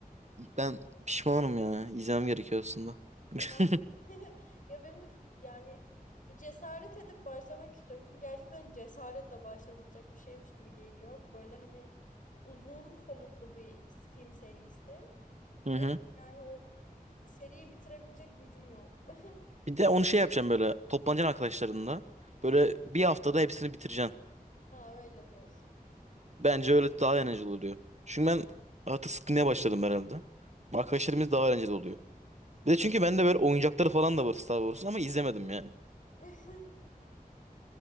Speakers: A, on the right (about 50°); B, on the left (about 60°).
A: ben pişmanım ya. İzlemem gerekiyor aslında. <laughs>
B: Ben de. <laughs> Ya benim de yani bu cesaret edip başlamak istiyorum. Çünkü gerçekten cesaretle başlanılacak bir şeymiş gibi geliyor. Böyle hani uzun soluklu bir film serisi.
A: Hı
B: Ve
A: hı.
B: yani o seriyi bitirebilecek gücüm yok. <laughs>
A: Bir de onu şey yapacağım böyle toplanacaksın arkadaşlarınla. Böyle bir haftada hepsini bitireceksin.
B: Aa öyle diyorsun.
A: Bence öyle daha eğlenceli oluyor. Çünkü ben artık sıkılmaya başladım herhalde. Arkadaşlarımız daha eğlenceli oluyor. Bir de çünkü bende böyle oyuncakları falan da var Star Wars'un ama izlemedim yani.
B: <laughs>